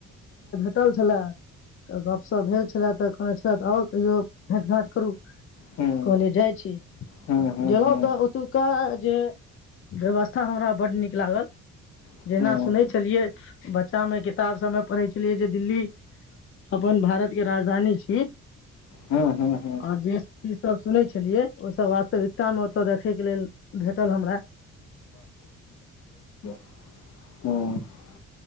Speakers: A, on the left (about 45°); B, on the left (about 65°).
A: टटल छलै तऽ गपशप भेल छलए तऽ आओर कहियो भेट घाँट करू
B: हूँ
A: कहले
B: हूँ
A: जाइ छी
B: हूँ हूँ
A: गेलहुँ
B: हूँ
A: तऽ ओतुका जे व्यवस्था हमरा ब् नीक लागल
B: हूँ
A: जेना सुनै छलियै बच्चा मे किताब सबमे पढ़ै छलियै जे दिल्ली अपन भारत के राजधानी छी
B: हूँ हूँ हूँ
A: आओर जे चीज सब सुनै छलियै ओ सब वास्तव ताम तो देखे के लेल भेटल हमरा
B: हँ <unintelligible>